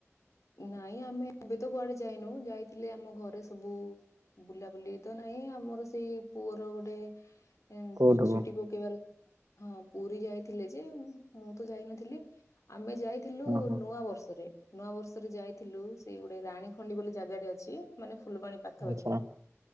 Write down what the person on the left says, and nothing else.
ନାଇଁ ଆମେ ଏବେ ତ କୁଆଡେ ଯାଇନୁ ଯାଇଥିଲେ ଆମ ଘରେ ସବୁ ବୁଲାବୁଲି ତ ନାହିଁ ଆମର ସେଇ ପୁଅର ଗୋଟେ ଏଁ
ଚୁଟି ପକେଇ ବାର ହଁ ପୁରୀ ଯାଇଥିଲେ ଯେ ମୁଁ ତ ଯାଇନଥିଲି। ଆ ଆମେ ଯାଇଥିଲୁ
ନୂଆ ବର୍ଷରେ ନୂଆ ବର୍ଷ ଯାଇଥିଲୁ ସେ ଗୋଟେ ରାଣୀ ଖଣ୍ଡି ବୋଲି ଜାଗାଟେ ଅଛି, ମାନେ ଫୁଲବାଣୀ ପାଖାପାଖି